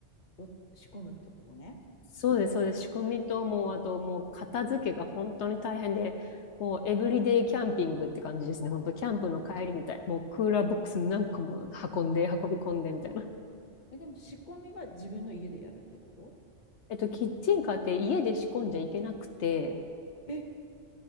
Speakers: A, on the left (about 45°); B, on the left (about 75°).
A: を仕込むってことね。
B: そうです、そうです。仕込みと、もう、あと、もう、片付けが本当に大変で、もう、エブリデイキャンピングって感じですね。本当、キャンプの帰りみたい。
A: うん
B: もう、クーラーボックス何個も運んで、
A: あ、
B: 運び込んで、みたいな。
A: え、でも仕込みは自分の家でやるってこと
B: えっと、キッチンカーって家で仕込んじゃいけなくて、
A: え、